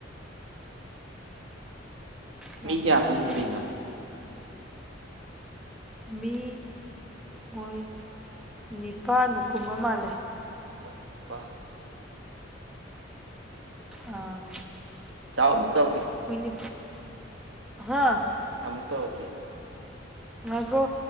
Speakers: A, in the centre; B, on the right (about 80°).
A: ꯒ꯭ꯌꯥꯟ
B: ꯃꯤ ꯀꯌꯥ
A: ꯇꯥꯗꯦ
B: ꯀꯨꯨꯝꯒꯔꯤꯅꯣ
A: ꯑꯗꯨꯅ ꯃꯤ ꯃꯣꯏ ꯅꯤꯄꯥꯥꯟꯃꯨꯛ ꯀꯨꯝꯕ ꯃꯥꯜꯂꯦ
B: ꯃꯣꯏ ꯅꯤꯄꯥꯟ
A: ꯑꯥ
B: ꯆꯥꯎ ꯑꯃꯨꯛ ꯇꯧꯔꯛꯀꯦ
A: ꯃꯣꯏ ꯅꯤ ꯍꯥꯥ
B: ꯑꯃꯨꯛ ꯇꯧꯔꯛꯀꯦ
A: ꯉꯥꯏꯈꯣ